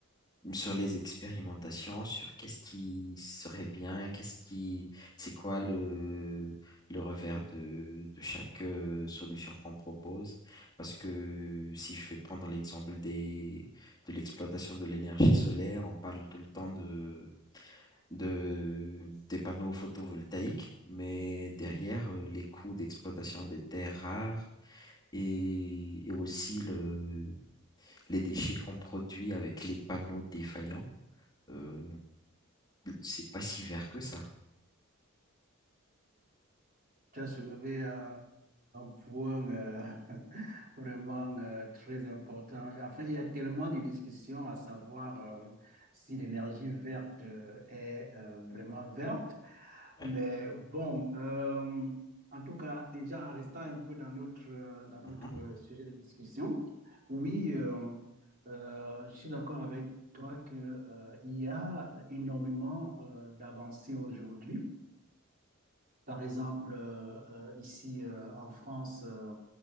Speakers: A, on the left (about 20°); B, on the right (about 40°).
A: sur les expérimentations, sur qu'est-ce qui serait bien, qu'est-ce qui, c'est quoi le, le revers de, de chaque euh, solution qu'on propose. Parce que si je vais prendre l'exemple des, de l'exploitation de l'énergie solaire, on parle tout le temps de, de, des panneaux photovoltaïques, mais derrière, euh, les coûts d'exploitation des terres rares, Et, et aussi le, les déchets qu'on produit avec les panneaux défaillants. Euh, c'est pas si vert que ça.
B: Tu as soulevé euh, un point. euh, Vraiment euh, très important. En fait, il y a tellement de discussions à savoir euh, si l'énergie verte euh, est euh, vraiment verte.
A: Ouais.
B: Mais bon, euh, en tout cas, déjà en restant un peu dans notre, euh, dans notre
A: Mhm,
B: euh, sujet de discussion, oui,
A: mhm.
B: euh, euh, je suis d'accord avec toi que, euh, il y a énormément euh, d'avancées aujourd'hui. Par exemple, euh, euh, ici euh, en France, euh,